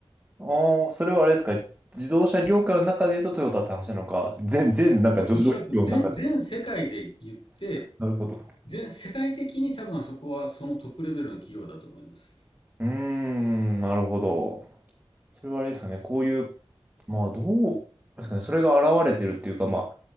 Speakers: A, on the right; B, on the left.
A: あー、それはあれですか。自動車業界の中で言うとトヨタって話なのか、全、全なんか上場企業の中で。
B: お、おそらく全、全世界で言って、
A: なるほど。
B: 全世界的に多分あそこはそのトップレベルの企業だと思います。
A: うーん、なるほど。それはあれですかね。こういう、まあどう、ですかね。それが現れてるっていうか、まあ